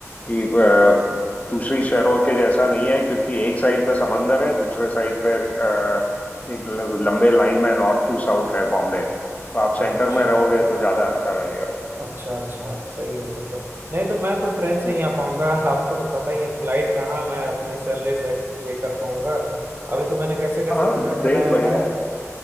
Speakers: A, on the left (about 30°); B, on the right (about 40°).
A: कि अ, दूसरी शहरों के जैसा नहीं है क्योंकि एक साइड पे समंदर है दूसरे साइड पे अ, एक ल- लंबे लाइन में नॉर्थ टू साउथ है बॉम्बे तो आप सेंटर
B: अच्छा
A: में रहोगे तो ज्यादा अच्छा रहेगा
B: अच्छा अच्छा सही है फिर तो नहीं तो मैं तो ट्रेन से
A: हम्म
B: ही आ पाऊंगा <laughs> आपको तो पता ही है फ्लाइट कहाँ मैं अपने सैलरी से ये कर पाऊंगा अभी तो मैंने कैसे कैसे
A: हाँ
B: बजट
A: ट्रेन
B: बनाया
A: बढ़िया
B: है